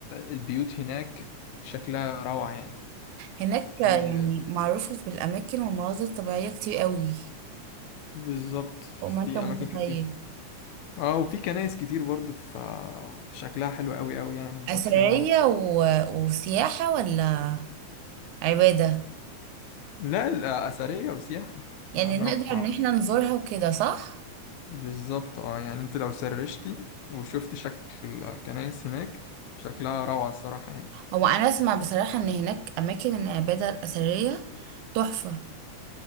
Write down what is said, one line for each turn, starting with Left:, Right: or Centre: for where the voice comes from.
Left: البيوت هناك شكلها روعة يعني
Right: هناك
Left: في
Right: يعني معروفة بالأماكن والمناظر الطبيعية كتير قوي
Left: بالظبط في
Right: فوق ما انت متخيل
Left: اماكن كتير اه وفي كنايس كتير برضو في شكلها حلو قوي قوي يعني في
Right: أثرية
Left: برشلونة برضو
Right: و... وسياحة ولا عبادة
Left: لا الأثرية وسياحة
Right: يعني
Left: أنا هنروح
Right: نقدر إن احنا نزورها وكده صح؟
Left: بالظبط اه يعني انت لو سرشتي وشفت شكل الكنائس هناك شكلها روعة الصراحة يعني
Right: هو أنا أسمع بصراحة إن هناك أماكن العبادة الأثرية تحفة